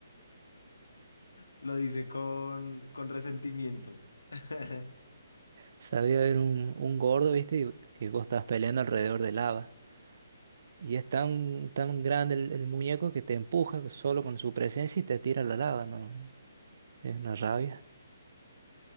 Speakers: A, on the left (about 85°); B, on the right (about 55°).
A: Lo dice con, con resentimiento. <laughs>
B: Sabía haber un, un gordo, ¿viste? Y Que vos estabas peleando alrededor de lava. Y es tan, tan grande el, el muñeco que te empuja solo con su presencia y te tira a la lava, ¿no? Es una rabia.